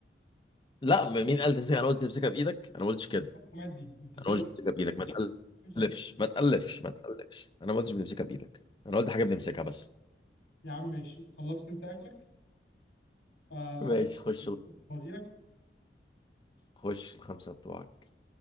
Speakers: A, on the left (about 25°); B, on the left (about 70°).
A: لا م- مين قال تمسكها انا قلت تمسكها بايدك انا ما قلتش كده
B: مادي انت ازاي
A: انا ما قلتش تمسكها بايدك ما
B: تمسك
A: تقلفش ما تقلفش ما تقلفش انا ما قلتش بنمسكها بايدك انا قلت حاجه بنمسكها بس
B: يا عم ماشي خلصت انت اكلك آه
A: ماشي
B: اكل
A: خش
B: وزيرك
A: خش الخمسة بتوعك